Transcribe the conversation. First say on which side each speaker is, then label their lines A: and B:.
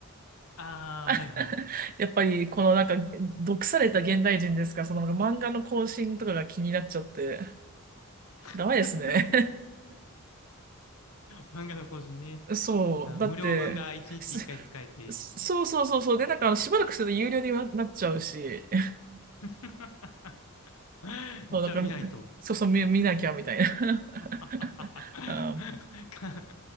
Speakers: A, on the left; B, on the right.
A: ああー、
B: <laughs>
A: はいはい。
B: やっぱり、このなんか、毒された現代人ですから、その漫画の更新とかが気になっちゃって、ダメですね。
A: <laughs> 漫画の更新ね。
B: <laughs> そう、
A: あの、
B: だって、
A: 無料分が一日一回使えて。
B: すそうそうそうそう。で、なんか、あのしばらくすると有料にななっちゃうし、<laughs>
A: <laughs> <laughs>
B: そう、
A: じゃあ見ないと。
B: なんか、そうそう、見、見なきゃみたいな。
A: <laughs> あはは
B: <laughs> あ
A: はか